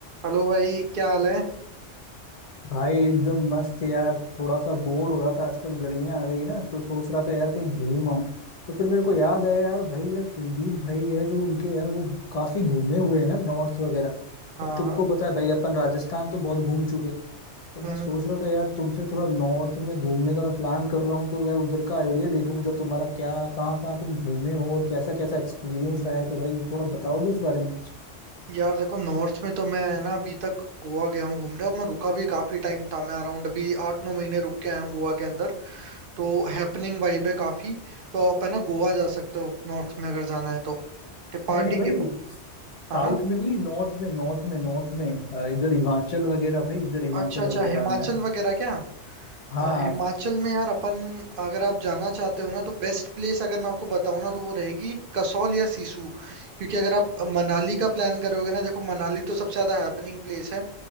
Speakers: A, on the right; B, on the left.
A: Hello भाई क्या हाल है
B: भाई एकदम मस्त यार थोड़ा सा बोर हो रहा था आजकल गर्मियां आ गई ना तो सोच रहा था यार कहीं घूम आऊं तो फिर मेरे को याद आया यार भाई यार कुलदीप भाई है जो उनके यार वो काफी घूमे हुए हैं ना नॉर्थ वगैरह
A: हाँ
B: अब तुमको पता है भाई अपन राजस्थान तो बहुत घूम चुके तो मैं
A: हम्म
B: सोच रहा था यार तुमसे थोड़ा नॉर्थ में घूमने का मैं प्लान कर रहा हूँ तो यार उधर का आइडिया ले लूँ उधर तुम्हारा क्या कहाँ कहाँ तुम घूमे हो और कैसा कैसा एक्सपीरियंस रहा है तो भाई थोड़ा बताओगे उस बारे में
A: यार देखो नॉर्थ में तो मैं ना अभी तक गोवा गया हूँ घूमने और मैं रुका भी काफी टाइम था मैं अराउंड अभी आठ नौ महीने रुक के आया हूँ गोवा के अंदर तो हैपनिंग वाइब है काफी तो आप है ना गोवा जा सकते हो नॉर्थ में अगर जाना है तो ते पार्टी
B: नहीं नहीं भाई
A: की हाँ
B: साउथ
A: हाँ
B: में नहीं नॉर्थ में नॉर्थ में नॉर्थ में अ, इधर हिमाचल वगैरह भाई इधर हिमाचल
A: अच्छा अच्छा
B: वगैरह
A: हिमाचल
B: में
A: वगैरह क्या
B: हाँ
A: अ, हिमाचल में यार अपन अगर आप जाना चाहते हो ना तो बेस्ट प्लेस अगर मैं आपको बताऊं ना तो वो रहेगी कसौल या सिसु क्योंकि अगर आप मनाली का प्लान करोगे ना देखो मनाली तो सबसे ज्यादा हैपनिंग प्लेस है